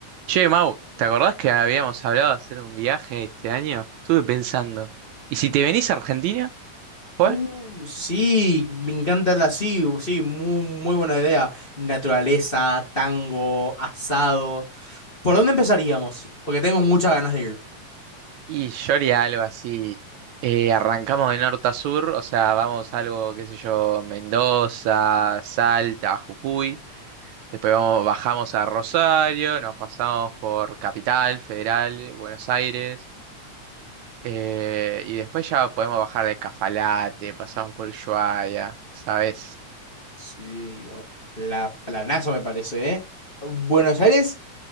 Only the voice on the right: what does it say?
Che, Mau, ¿te acordás que habíamos hablado de hacer un viaje este año? Estuve pensando, ¿y si te venís a Argentina? ¿Fue?
Y yo haría algo así, eh, arrancamos de norte a sur, o sea, vamos algo, qué sé yo, Mendoza, Salta, Jujuy, después vamos, bajamos a Rosario, nos pasamos por Capital Federal, Buenos Aires, eh, y después ya podemos bajar de Cafalate, pasamos por Ushuaia, ¿sabes?